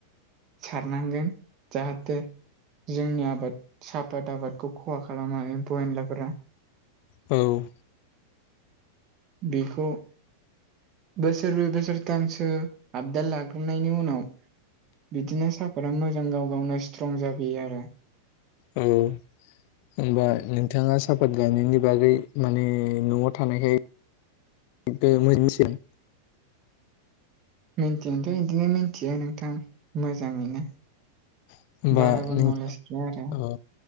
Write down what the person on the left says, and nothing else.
औ
ओ होनबा नोंथाङा सापात गायनायनि बागै माने न'आव थानायखाय <unintelligible>
होमबा
नोंथां
अ